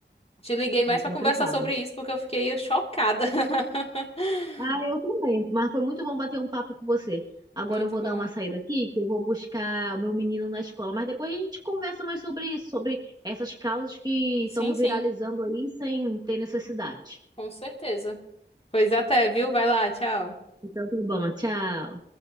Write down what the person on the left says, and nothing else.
Te liguei mais
pra
conversar sobre isso porque eu fiquei chocada. <laughs>
Muito
bom.
Sim,
sim.
Com certeza. Pois até, viu? Vai lá, tchau.